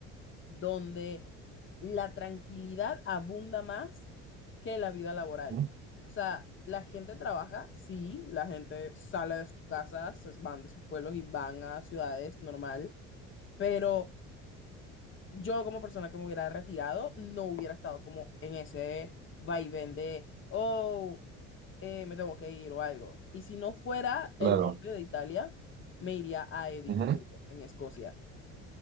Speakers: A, on the left; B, on the right.
A: donde la tranquilidad abunda más que la vida laboral.
B: Ujú,
A: O sea, la gente trabaja, sí, la gente sale de sus casas, se van de sus pueblos y van a ciudades normal, pero yo como persona que me hubiera retirado no hubiera estado como en ese vaivén de, oh, eh, me tengo que ir o algo. Y si no fuera el
B: Claro.
A: norte de Italia, me iría a Edimburgo,
B: Ujú.
A: en Escocia.